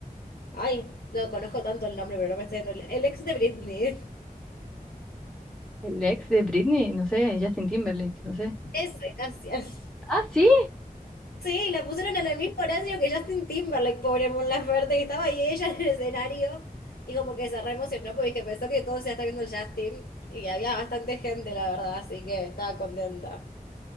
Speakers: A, on the left; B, in the centre.
A: Ay, no conozco tanto el nombre, pero no me estoy dando el... el ex de Britney.
B: El ex de Britney, no sé, Justin Timberlake, no sé.
A: <laughs> Ese, gracias.
B: Ah, sí.
A: Sí, la pusieron en el mismo horario que Justin Timberlake, pobre Mon Laferte, que estaba ahí ella en el escenario y como que se re emocionó porque dije, pensó que todo se está viendo el Justin y había bastante gente, la verdad, así que estaba contenta.